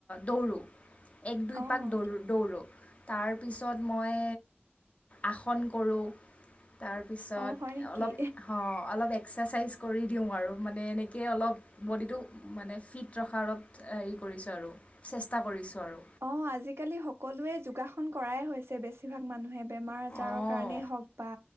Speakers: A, on the left (about 35°); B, on the right (about 80°).
A: দৌৰোঁ এক দুই
B: অ',
A: পাক দৌ দৌৰো তাৰপিছত মই আসন কৰোঁ তাৰপিছত
B: অ', হয় নেকি
A: অলপ অ অলপ এক্সাৰচাইজ কৰি দিওঁ আৰু মানে এনেকৈ অলপ বডিটো মানে ফিট ৰখাৰ অলপ হেৰি কৰিছোঁ আৰু চেষ্টা কৰিছোঁ আৰু
B: অ আজিকালি সকলোৱে যোগাস কৰাই হৈছে বেছিভাগ মানুহে বেমাৰ আজাৰৰ
A: অঁ
B: কাৰণেই হওক বা